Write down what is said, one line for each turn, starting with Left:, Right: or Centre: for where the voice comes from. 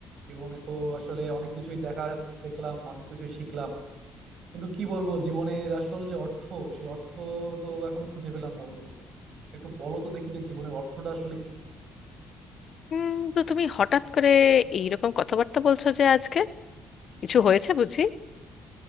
Right: জীবনে তো আসলে অনেক কিছুই দেখা দেখলাম অনেক কিছুই শিখলাম কিন্তু কি বলবো জীবনের আসল যে অর্থ সেই অর্থ তো এখনো খুঁজে পেলাম না বন্ধু একটু বলো তো দেখি যে জীবনের অর্থটা আসলে কি
Left: হুম তো তুমি হঠাৎ করে এইরকম কথাবার্তা বলছো যে আজকে কিছু হয়েছে বুঝি